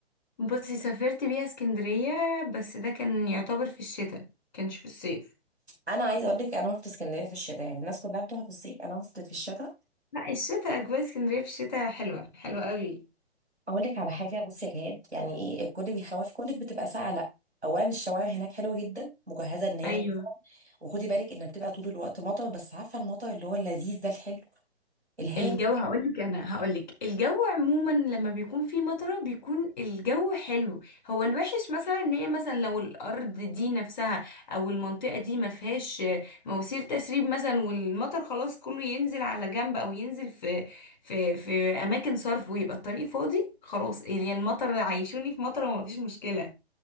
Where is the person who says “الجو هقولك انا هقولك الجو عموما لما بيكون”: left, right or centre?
Left